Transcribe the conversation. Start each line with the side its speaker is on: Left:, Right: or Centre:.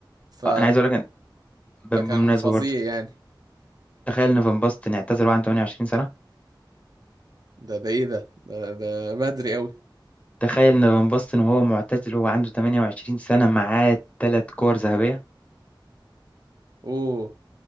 Right: ف...
Left: آه، أنا عايز أقول لك أن- بالمناسبة
Right: فكان فظيع
Left: برضو
Right: يعني
Left: تخيل إن فان باستن اعتزل وهو
Right: مم.
Left: عنده 28 سنة
Right: ده ده ايه ده ده, ده بدري قوي
Left: تخيل إن فان باستن وهو معتزل وهو عنده 28 سنة معاه ثلاث كور ذهبية
Right: اوه